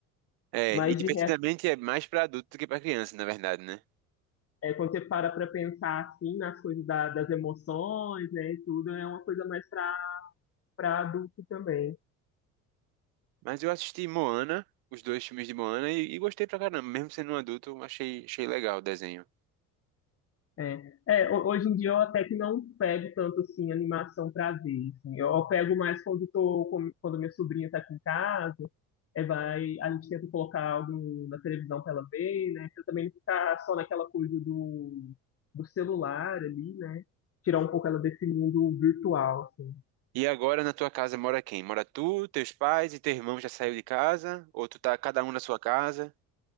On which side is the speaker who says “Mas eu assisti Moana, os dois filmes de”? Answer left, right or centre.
Right